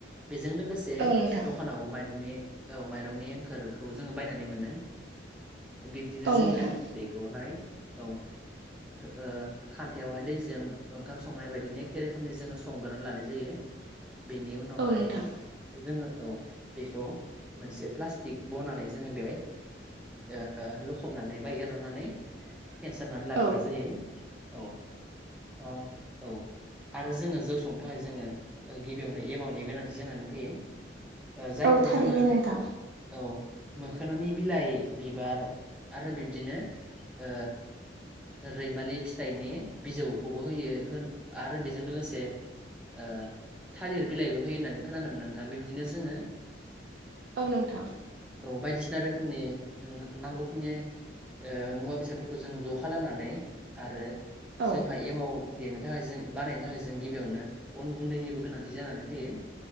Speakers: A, in the centre; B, on the right (about 60°).
A: बेजों लोगोसे
B: औ नोंथां
A: दख खानावबो माइरंनि औ माइरंनि एंखोरखौ जोङो बायनानै मोनो बिब्दिनो
B: औ नोंथां
A: जोङो बेखौहाय औ ओ खान्थावहाय दैजों ओंखाम संनाय बायदि एखे रोखोमनि जोङो। संग्रोनानै लानाय जायो बेनि उनावहाय
B: औ नोंथां
A: जोङो औ बेखौ मोनसे प्लास्टिक बनानै जोङो बेवहाय ओ लखबनानै बा एर'नानै फेन्सारनानै लाग्रोनाय
B: औ
A: जायो औ अह औ आरो जोङो जौ संनो थाखाय जोङो गिबियावनो एमाउनि गोनांथि जानानै फैयो ओ जायखौ
B: औ थारैनो
A: जोङो
B: नोंथां
A: औ मोखोनानि बिलाइ बिबार आरो बिब्दिनो ओ रैमालि फिथाइनि बिजौखौबो होयो होन आरो बेजों लोगोसे ओ थालिर बिलाइबो होयो होननानै खोनानो मोनो नोंथां बिब्दिनो जोङो
B: औ नोंथां
A: औ बायदिसिना रोखोमनि नांगौखिनि ओ मुवा बेसादफोरखौ जों ज' खालामनानै आरो
B: औ
A: जोंहा एमाव देनो थाखाय जों बानायनो थाखाय जों गिबियावनो अन गुन्दैनिबो गोनांथि जानानै फैयो